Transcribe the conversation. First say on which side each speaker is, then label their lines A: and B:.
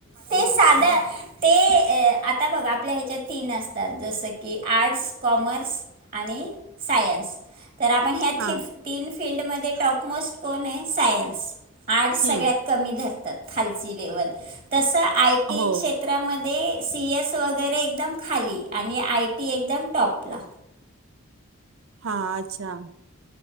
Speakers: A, on the right; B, on the right.
A: ते साध ते अह आता बघ आपल्या ह्याच्यात तीन असतात जसं की आर्ट्स, कॉमर्स आणि सायन्स. तर आपण ह्यात
B: हा
A: हेि तीन फिल्ड मध्ये टॉपमोस्ट कोण आहे? सायन्स. आर्ट्स
B: हम्म
A: सगळ्यात कमी धरतात खालची लेवल तस आय टी
B: हो
A: क्षेत्र त्रामध्ये सी ए वगैरे एकदम खाली आणि आय टी एकदम टॉपला
B: हा अच्छा